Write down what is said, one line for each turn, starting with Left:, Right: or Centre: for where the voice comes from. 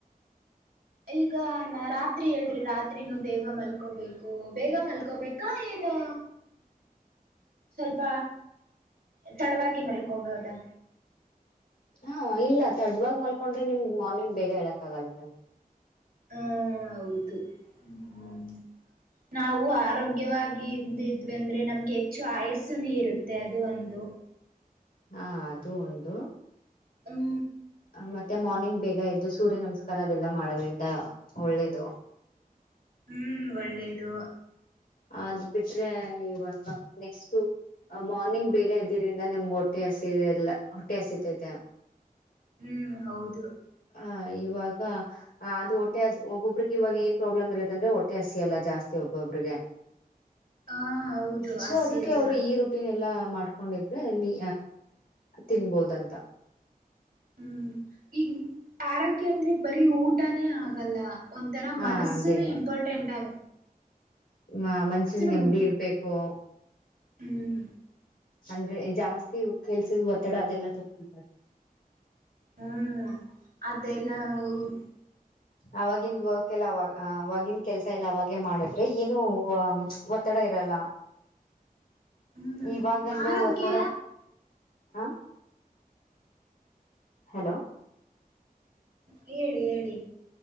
Right: ಈಗ ನಾ ರಾತ್ರಿ ಹೇಳದ್ರಿ ರಾತ್ರಿನೂ ಬೇಗ ಮಲ್ಕೋಬೇಕು ಬೇಗ ಮಲ್ಕೋಬೇಕ ಈಗ ಏನು ಸ್ವಲ್ಪ ತಡವಾಗಿ ಮಲ್ಕೋಬಹುದಾ
Left: ಹಾ ಇಲ್ಲ ತಡ್ವವಾಗಿ ಮಲ್ಕೊಂಡ್ರೆ ನಿಮ್ಗ್ ಮಾರ್ನಿಂಗ್ ಬೇಗ ಹೇಳಕ್ ಆಗಲ್ಲ
Right: ಹ್ಮ್ ಹೌದು ಹ್ಮ್
Left: <inaudible>
Right: ನಾವು ಆರೋಗ್ಯವಾಗಿ ಇದ್ದಿದ್ವಿ ಅಂದ್ರೆ ನಮ್ಗೆ ಹೆಚ್ಚು ಆಯಸ್ಸುನು ಇರುತ್ತೆ ಅದು ಒಂದು
Left: ಅಂ ಅದು ಒಂದು
Right: ಅಮ್
Left: ಮತ್ತೆ ಮಾರ್ನಿಂಗ್ ಬಗ ಎದ್ದು ಸೂರ್ಯ ನಮಸ್ಕಾರ ಅದೆಲ್ಲ ಮಾಡೋದ್ರಿಂದ ಒಳ್ಳೇದು
Right: ಹ್ಮ್ ಒಳ್ಳೇದು
Left: ಅದ್ ಬಿಟ್ರೆ ಇವಾಗ ನೆಕ್ಸ್ಟ ಮಾರ್ನಿಂಗ್ ಬೇಗ ಇದ್ದಿದ್ರಿಂದ ನಿಮ್ಗೆ ಹೊಟ್ಟೆ ಹಸಿ ಎಲ್ಲ ಹೊಟ್ಟೆ ಹಸಿತೈತೆ
Right: ಹ್ಮ್ ಹೌದು
Left: ಹ ಇವಾಗ ಅದು ಹೊಟ್ಟೆ ಒಬ್ಬೊಬ್ರಿಗೆ ಇವಾಗ ಏನ್ ಪ್ರಾಬ್ಲಮ್ ಇರುತ್ತ ಅಂದ್ರೆ ಹೊಟ್ಟೆ ಹೊಟ್ಟೆ ಹಸಿಯಲ್ಲ ಜಾಸ್ತಿ ಒಬ್ ಒಬ್ಬರಿಗೆ
Right: ಹಾ ಹೌದು
Left: ಸೊ
Right: ಹಸಿ
Left: ಅದ್ದುಕೆ
Right: ಎಲ್ಲ
Left: ಅವ್ರು ಈ ರೂಟ್. ಟ್ಟನ್ ಎಲ್ಲಾ ಮಾಡ್ಕೊಂಡಿದ್ರೆ ನೀ ತಿನ್ಬೋದಂತ
Right: ಹ್ಮ್ ಈಗ್ ಆರೋಗ್ಯ ಅಂದ್ರೆ ಬರೀ ಊಟಾನೇ ಆಗಲ್ಲ ಒಂಥರ
Left: ಹಾ
Right: ಮನಸ್ಸುನು
Left: ಅದೇ
Right: ಇಂಪಾರ್ಟೆಂಟ್ ಆಗ್
Left: ಮ ಮನಸ್ಸಿಗೆ ನೆಮ್ಮದಿ
Right: ಮು
Left: ಇರ್ಬೇಕು
Right: ಹ್ಮ್
Left: ಅಂದ್ರೆ ಜಾಸ್ತಿ ಕೆಲ್ಸದ ಒತ್ತಡ ಅದೆಲ್ಲ <unintelligible>
Right: ಹ್ಮ್ ಅದೆಲ್ಲ ಊರ್
Left: <inaudible> ಆವಾಗಿಂದ ವರ್ಕ್ ಎಲ್ಲ ಅವಾಗ ಅವಾಗಿನ ಕೆಲ್ಸ ಎಲ್ಲ ಅವಾಗೆ ಮಾಡಿದ್ರೆ ಏನು ಒತ್ತಡ ಇರಲ್ಲ
Right: ಹ್ಮ್
Left: ಇವಾಗ ಅಂದ್ರೆ
Right: ಆರೋಗ್ಯ
Left: ಒತ್ತಡ ಹ ಹಲೋ
Right: ಹೇಳಿ ಹೇಳಿ